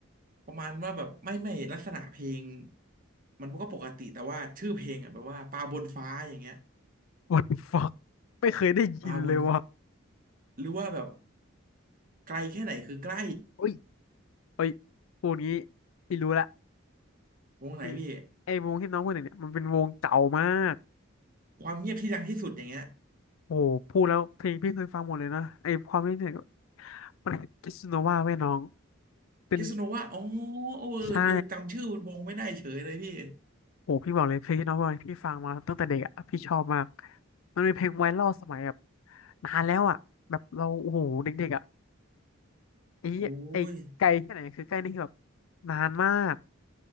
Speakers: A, on the right; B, on the left.
A: ประมาณว่าแบบไม่ไม่ลักษณะเพลงมันก็ปกติแต่ว่าชื่อเพลงอ่ะแบบว่าปลาบนฟ้าอย่างเงี้ย
B: What the fuck ไม่เคยได้ยินเลยว่ะ
A: ปลาบนหรือว่าแบบไกลแค่ไหนคือใกล
B: โอ้ยโอ้ยพูดงี้พี่รู้ละ
A: ้วงไหนพี่
B: คือไอ้วงที่น้องพูดถึงเนี่ยมันเป็นวงเก่ามาก
A: ความเงียบที่ดังที่สุดอย่างเงี้ย
B: โอ้โหพูดแล้วเพลงพี่เคยฟังหมดเลยนะไอ้ความที่เนี่ยมันคิสโนวาเว้ยน้องเป็น
A: พิษณุว่าอ๋อเออเออจำชื่อวงไม่ได้เฉยเลยพี่
B: ใช่โอ้โหพี่บอกเลยเพลงที่น้องบอกให้พี่ฟังมาตั้งแต่เด็กอะพี่ชอบมากมันเป็นเพลงไวรัลสมัยแบบนานแล้วอะแบบเราโอ้โหเด็กๆอะไอ้ไอ้ไกลแค่ไหนคือใกล้นี่คือแบบ
A: โอ้ย
B: นานมาก